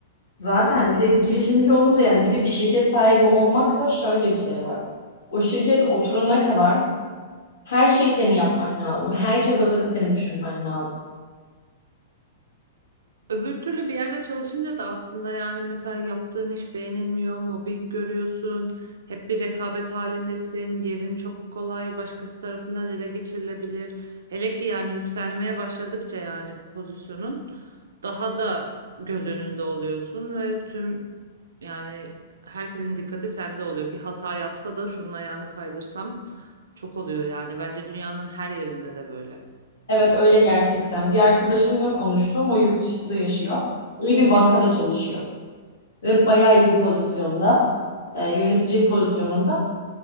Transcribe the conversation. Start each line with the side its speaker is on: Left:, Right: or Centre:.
Left: Zaten bir de girişimci olunca yani bir de bir şirket sahibi olmak da şöyle bir şey var. O şirket oturana kadar her şeyi senin yapman lazım. Herkes adına seni düşünmen lazım.
Right: Öbür türlü bir yerde çalışınca da aslında yani mesela yaptığın iş beğenilmiyor, mobbing görüyorsun, hep bir rekabet halindesin, yerin çok kolay başkası tarafından ele geçirilebilir. Hele ki yani yükselmeye başladıkça yani pozisyonun daha da göz önünde oluyorsun ve tüm yani herkesin dikkati sende oluyor. Bir hata yapsa da şunun ayağını kaydırsam çok oluyor yani bence dünyanın her yerinde de böyle.
Left: Evet öyle gerçekten. Bir arkadaşımla konuştum. O yurt dışında yaşıyor. İyi bir bankada çalışıyor. ve bayağı iyi bir pozisyonda, e, yönetici pozisyonunda.